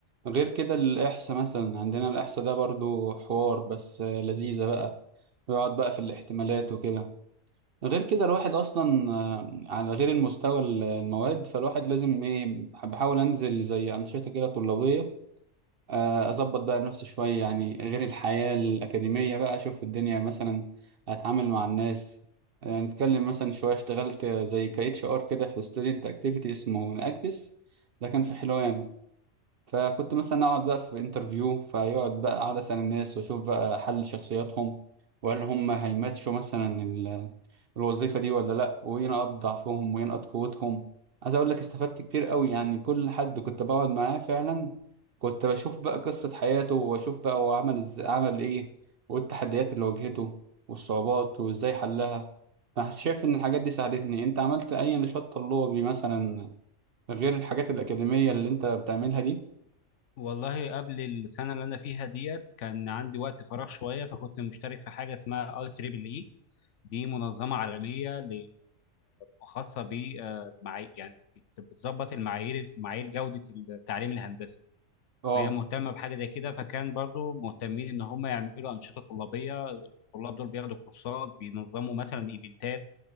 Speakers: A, on the right (about 55°); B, on the left (about 70°).
A: غير كده الاحصاء مثلا عندنا الاحصاء ده برضو حوار بس آه، لذيذه بقى ويقعد بقى في الاحتمالات وكده غير كده الواحد اصلا آه، على غير المستوى المواد فالواحد لازم ايه بحاول انزل زي انشطه كده طلابيه آه، اظبط بقى نفسي شويه يعني غير الحياه الاكاديميه بقى اشوف الدنيا مثلا اتعامل مع الناس آه، نتكلم مثلا شويه اشتغلت زي ك اتش ار كده في ستودنت اكتيفيتي اسمه ناكتس ده كان في حلوان فكنت مثلا اقعد بقى في انترفيو فيقعد بقى اقعد اسال الناس واشوف بقى حل شخصياتهم وهل هم هيماتشوا مثلا الوظيفة دي ولا لأ وينقط ضعفهم وينقط قوتهم عايز أقول لك استفدت كتير قوي يعني كل حد كنت بقعد معاه فعلا كنت بشوف بقى قصة حياته وأشوف بقى هو عمل إز... عمل إيه والتحديات اللي واجهته والصعوبات وإزاي حلها أنا شايف إن الحاجات دي ساعدتني أنت عملت أي نشاط طلابي مثلا غير الحاجات الأكاديمية اللي أنت بتعملها دي؟
B: والله قبل السنه اللي انا فيها ديت كان عندي وقت فراغ شويه فكنت مشترك في حاجه اسمها اي تريبل اي دي منظمة عالمية ل- خاصة بالمعايير يعني بت- بتظبط المعايير معايير جودة التعليم الهندسي
A: أه
B: فهي مهتمة بحاجة زي كده فكان برضو مهتمين إن هم يعملوا أنشطة طلابية الطلاب دول بياخدوا كورسات بينظموا مثلا إيفنتات